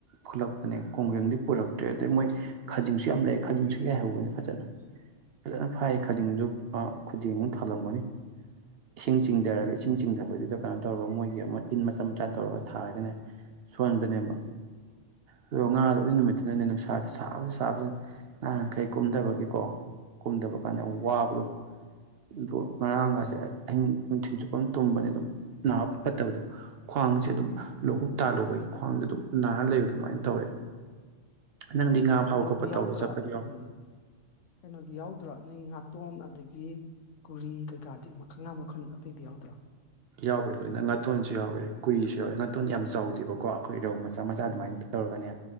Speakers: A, on the right (about 60°); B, on the left (about 75°).
A: ꯈꯨꯠꯂꯛꯄꯅꯦ ꯀꯣꯡꯒ꯭ꯔꯦꯡꯗꯤ ꯄꯨꯔꯛꯇ꯭ꯔꯦ ꯑꯗꯩ ꯃꯣꯏ ꯈꯥꯖꯤꯡꯁꯨ ꯌꯥꯝ ꯂꯩ ꯈꯥꯖꯤꯡꯁꯨ ꯌꯥꯏꯍꯧꯕꯅꯦ ꯐꯖꯅ ꯐꯖꯅ ꯐꯥꯏꯌꯦ ꯈꯖꯤꯡꯁꯨ ꯑꯥ ꯈꯨꯗꯦꯡ ꯑꯃ ꯊꯜꯂꯝꯒꯅꯤ ꯏꯁꯤꯡ ꯆꯤꯡꯙꯔꯒ ꯏꯁꯤꯡ ꯆꯤꯡꯙꯕꯖꯤꯗ ꯀꯩꯅꯣ ꯇꯧꯔꯒ ꯃꯣꯏꯒꯤ ꯑꯃ ꯏꯟ ꯃꯆꯥ ꯃꯆꯥ ꯇꯧꯔꯒ ꯊꯥꯔꯒꯅꯦ ꯁꯣꯟꯕꯅꯦꯕ ꯑꯗꯨꯒ ꯉꯥꯗꯣ ꯑꯗꯨꯏ ꯅꯨꯃꯤꯠꯇꯨꯅ ꯅꯦ ꯅꯨꯡꯁꯥꯁꯦ ꯁꯥꯕꯁꯤ ꯁꯥꯕꯁꯤꯅ ꯅꯍꯥꯟꯈꯩ ꯀꯨꯝꯗꯕꯒꯤꯀꯣ ꯀꯨꯝꯗꯕ ꯀꯥꯟꯗ ꯌꯥꯝ ꯋꯥꯕꯗꯣ ꯑꯗꯣ ꯉꯔꯥꯡꯒꯁꯦ ꯑꯍꯤꯡ ꯅꯨꯡꯊꯤꯟ ꯆꯨꯞꯄ ꯑꯃ ꯇꯨꯝꯕꯅꯦ ꯑꯗꯨꯝ ꯅꯥꯕ ꯐꯠꯇꯕꯗꯣ ꯈ꯭ꯋꯥꯡꯁꯦ ꯑꯗꯨꯝ ꯂꯣꯡꯍꯨꯞ ꯇꯥꯜꯂꯨꯕꯒꯤ ꯈ꯭ꯋꯥꯡꯖꯦ ꯑꯗꯨꯝ ꯅꯥꯔ ꯂꯩꯕꯗꯣ ꯑꯗꯨꯃꯥꯏꯅ ꯇꯧꯋꯦ ꯅꯪꯗꯤ ꯉꯥ
B: ꯀꯩꯅꯣꯗꯤ
A: ꯐꯥꯕ ꯈꯣꯠꯄ
B: ꯌꯥꯎꯗ꯭ꯔꯣ
A: ꯇꯧꯕ ꯆꯠꯄꯗꯤ ꯌꯥꯎ
B: ꯎꯝ ꯀꯩꯅꯣꯗꯤ ꯌꯥꯎꯗ꯭ꯔꯣ ꯅꯣꯏꯒꯤ ꯉꯥꯇꯣꯟ ꯑꯗꯒꯤ ꯀꯨꯔꯤ ꯀꯩꯀꯥꯗꯤ ꯃꯈꯟ ꯉꯥ ꯃꯈꯜ ꯑꯇꯩꯗꯤ ꯌꯥꯎꯗ꯭ꯔꯣ
A: ꯌꯥꯎꯋꯦ ꯂꯣꯏꯅ ꯉꯥꯇꯣꯟꯁꯨ ꯌꯥꯎꯔꯦ ꯀꯨꯔꯤꯁꯨ ꯌꯥꯎꯋꯦ ꯉꯥꯇꯣꯟꯗꯤ
B: ꯎꯝ
A: ꯌꯥꯝ ꯆꯥꯎꯗꯦꯕꯀꯣ ꯑꯩꯈꯣꯏ ꯔꯧ ꯃꯆꯥ ꯃꯆꯥ
B: ꯎꯝ
A: ꯑꯗꯨꯃꯥꯏꯅ ꯇꯧꯔꯒꯅꯦ